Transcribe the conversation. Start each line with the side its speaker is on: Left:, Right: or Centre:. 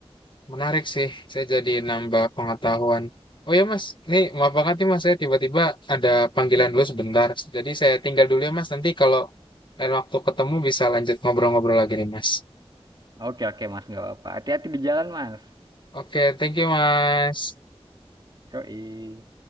Left: Menarik sih, saya jadi nambah pengetahuan. Oh ya Mas, nih maaf banget nih Mas, saya tiba-tiba ada panggilan dulu sebentar. Jadi saya tinggal dulu ya Mas, nanti kalau lain waktu ketemu bisa lanjut ngobrol-ngobrol lagi nih Mas.
Right: Oke oke Mas, nggak apa-apa. Hati-hati di jalan Mas.
Left: Oke, thank you Mas.
Right: Yoi.